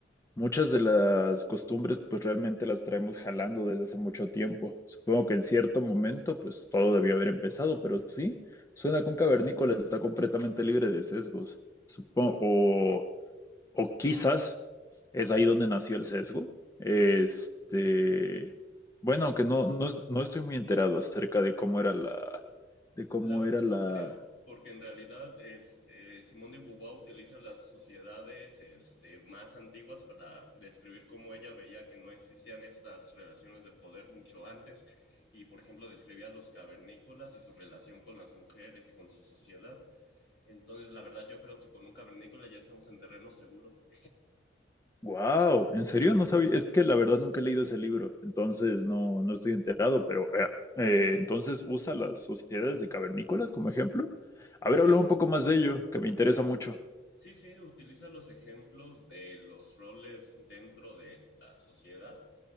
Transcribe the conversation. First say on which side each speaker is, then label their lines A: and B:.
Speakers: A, on the left; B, on the left.
A: muchas de las costumbres pues realmente las traemos jalando desde hace mucho tiempo. Supongo que en cierto momento pues todo debió haber empezado, pero sí, suena que un cavernícola está completamente libre de sesgos. Supongo, o, o quizás es ahí donde nació el sesgo. Este, bueno, aunque no, no, es- no estoy muy enterado acerca de cómo era la, de cómo
B: La verdad
A: era la,
B: no creo, porque en realidad es, eh, Simone de Beauvoir utiliza las sociedades este, más antiguas para describir cómo ella veía que no existían estas relaciones de poder mucho antes y por ejemplo describía a los cavernícolas y su relación con las mujeres y con su sociedad. Entonces la verdad yo creo que con un cavernícola ya estamos en terreno seguro.
A: Wow, ¿en serio? No sabía. Es que la verdad nunca he leído ese libro, entonces no, no estoy enterado, pero eh, eh, entonces usa las sociedades de cavernícolas como ejemplo. A
B: Sí,
A: ver, habla un poco más de ello, que me interesa
B: u-
A: mucho.
B: sí, sí, utiliza los ejemplos de los roles dentro de la sociedad